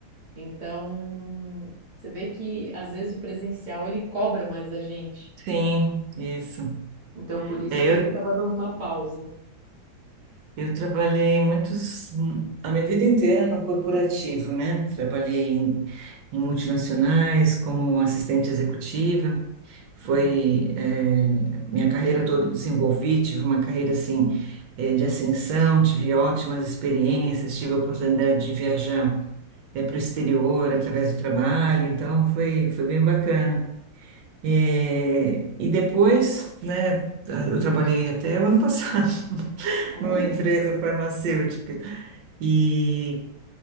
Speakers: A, on the right (about 30°); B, on the right (about 70°).
A: Então, você vê que às vezes o presencial ele cobra mais da gente.
B: Sim, isso.
A: Então, por isso
B: É,
A: que
B: eu,
A: eu tava dando uma pausa.
B: eu trabalhei muitos, hum, a minha vida inteira no corporativo, né? Trabalhei em, em multinacionais como assistente executiva. Foi,
A: Uhum.
B: é, minha carreira toda eu desenvolvi, tive uma carreira assim, é, de ascensão, tive ótimas experiências, tive a oportunidade de viajar, é, para o exterior através do trabalho, então foi, foi bem bacana. É, e depois, né, eu trabalhei até o ano passado <laughs>
A: Olha.
B: numa empresa farmacêutica. E,